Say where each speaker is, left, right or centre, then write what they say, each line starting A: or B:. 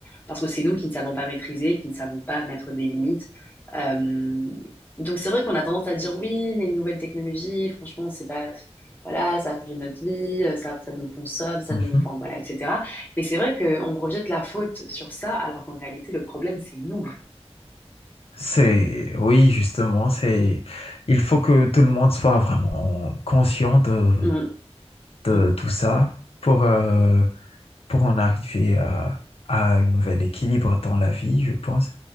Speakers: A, on the left; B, on the left.
A: parce que c'est nous qui ne savons pas maîtriser, qui ne savons pas mettre des limites. Euh, donc c'est vrai qu'on a tendance à dire oui, les nouvelles technologies, franchement, c'est pas... Voilà, ça change notre vie, euh, ça, ça nous consomme, ça
B: Mhm.
A: nous... Enfin, voilà, etc. Mais c'est vrai qu'on rejette la faute sur ça, alors qu'en réalité, le problème, c'est nous.
B: C'est, oui, justement, c'est, il faut que tout le monde soit vraiment conscient de,
A: Mm,
B: de
A: mm.
B: tout ça pour, euh, pour en arriver à, à un nouvel équilibre dans la vie, je pense.